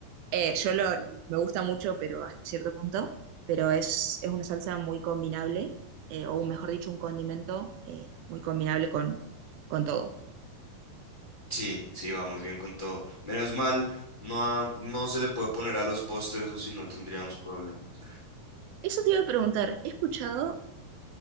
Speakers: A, on the right; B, on the left.
A: Eh, yo lo, me gusta mucho, pero hasta cierto punto, pero es, es una salsa muy combinable, eh, o mejor dicho, un condimento eh, muy combinable con, con todo.
B: sí, sí, va muy bien con todo. Menos mal, no, ha- no se le puede poner a los postres o si no tendríamos problemas.
A: Eso te iba a preguntar, he escuchado